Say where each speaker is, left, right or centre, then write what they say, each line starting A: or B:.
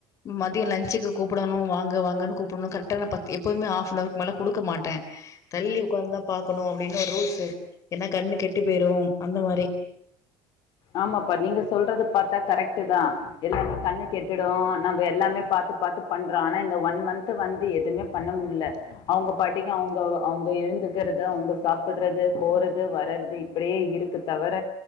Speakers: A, on the left (about 30°); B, on the left (about 50°).
A: மதிய லஞ்சுக்கு கூப்புடணு வாங்க வாங்கன்னு கூப்புடணு கரெக்ட்ட்டானா பத்தி எப்பவுமே ஹாஃப் நவர் க்கு மேல குடுக்க மாட்டே தள்ளி உக்காந்துதா பாக்கணு அப்டின்னு ஒரு ரூல்ஸ்சு இருக் ஏன்னா கண்ணு கெட்டு பேய்யிரு அந்த மாரி
B: ஆமாப்பா நீங்க சொல்றது பாத்தா கரெக்டு தா எல்லாமே கண்ணு கெட்டுடு நம்ம எல்லாமே பாத் த்து பாத்து பண்றோ ஆனா இந்த ஒன் மந்த் வந்து எதுவுமே பண்ண முல அவங்க பாட்டிக்கு அவங்க அவங்க எழுந்துக்கறது அவங்க சாப்புடறது போறது வர்றது இப்படியே இருக்கு தவர